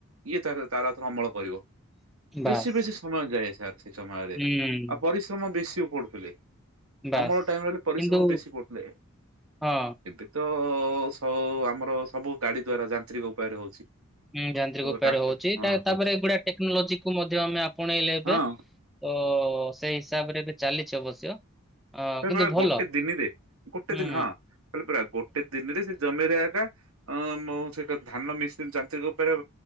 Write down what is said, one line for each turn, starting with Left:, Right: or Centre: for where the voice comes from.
Right: ଇଏ ତାର ତାର ଆଉ ଥରେ ଅମଳ କରିବ,
Centre: ବାସ୍
Right: ବେଶୀ ବେଶୀ ସମୟ ଯାଏ ସାର୍ ସେଇ ସମୟରେ।
Centre: ହୁଁ ଉଁ।
Right: ଆଉ ପରିଶ୍ରମ ବେଶୀ ପଡୁଥିଲେ,
Centre: ବାସ୍
Right: ଅମଳ ଟାଇମ ହେଲେ ପରିଶ୍ରମ
Centre: କିନ୍ତୁ
Right: ବେଶୀ ପଡୁଥିଲେ।
Centre: ହଁ
Right: ଏବେ ତ ସ ଆମର ସବୁ ଗାଡି ଦ୍ଵାରା ଯାନ୍ତ୍ରିକ ଉପାୟରେ ହଉଛି।
Centre: ଉଁ ଯାନ୍ତ୍ରିକ ଉପାୟରେ
Right: ଟ୍ରାକ୍ଟର
Centre: ହଉଛି,
Right: ହଁ
Centre: ତା
Right: ହଉଛି
Centre: ତାପରେ ଏଗୁଡା ଟେକ୍ନୋଲୋଜି କୁ ମଧ୍ୟ ଆମେ ଆପଣେଇଲେ ଏବେ।
Right: ହଁ।
Centre: ତ ସେଇ ହିସାବରେ ଏବେ ଚାଲିଛି ଅବଶ୍ୟ। ଅ
Right: କହିଲ
Centre: କିନ୍ତୁ
Right: ପ
Centre: ଭଲ।
Right: ଗୋଟେ ଦିନରେ, ଗୋଟେ
Centre: ହୁଁ
Right: ଦିନ ହଁ, କହିଲପରା ଗୋଟେ ଦିନରେ ସେ ଜମିରେ ଏକା ଅ ମୋ ସହିତ ଧାନ ମିସିନି ଯାନ୍ତ୍ରିକ ଉପରେ